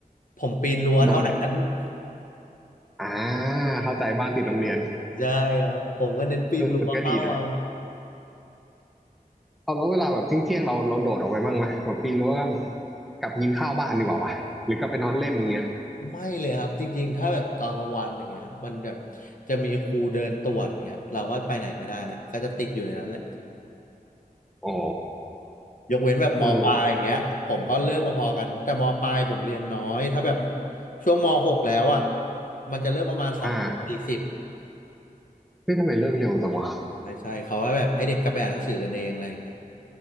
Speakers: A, on the left; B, in the centre.
A: ผมปีนรั้วเท่านั้น
B: โดนเด็ก
A: <laughs>
B: อ่าเข้าใจบ้านติดโรงเรียน
A: ใช่ครับผมก็เน้นปีนรั้วเข้าเอา
B: เออมันก็ดีนะเอาแล้วเวลาแบบเที่ยงๆเราเราโดดออกไปบ้างไหมแบบปีนรั้วก็แบบกลับกินข้าวบ้านดีกว่าวะ หรือกลับไปนอนเล่นอย่างเงี้ย
A: ไม่เลยครับจริงๆถ้าแบบตอนกลางวันอย่างเงี้ยมันแบบจะมีครูเดินตรวจอย่างเงี้ยเราก็ไปไหนไม่ได้แหละก็จะติดอยู่ในนั้นแหละ
B: อ๋อ
A: ยกเว้นแบบมปลายอย่างเงี้ยผมก็เลิกพอๆกันแต่มปลายผมเรียนน้อยถ้าแบบ
B: เออ
A: ช่วงมหกแล้วอ่ะมันจะเลิกประมาณสองโมงสี่สิบ
B: อ่าเฮ้ยทำไมเลิกเร็วจังวะ
A: ใช่ใช่เขาก็แบบให้เด็กกลับไปอ่านหนังสือกันเองอะไรอย่างเงี้ย